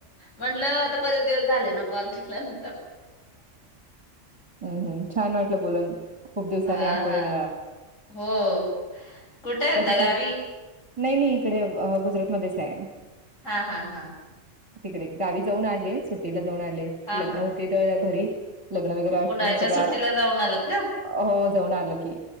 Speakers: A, on the left; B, on the right.
A: म्हंटलं आता बरेच दिवस झाले ना कॉल केला ना
B: हम्म हम् छान वाटलं बोलून खूप दिवसांनी
A: हा
B: आठवणीन
A: हा हो कुठे आहेता
B: कस स
A: गावी
B: नाही नाही इकडे गुजरातमध्येच आहे
A: हा हा हा
B: तिकडे गावी जाऊन आले सुट्टीला जाऊन आले आले
A: हा
B: लग्न
A: हा
B: हो त्या घरी लग्न वगैरे आटपून
A: उन्हाळ्याच्या
B: सगळ
A: सुट्टीला जाऊन आलात का
B: हो जाऊन आलं की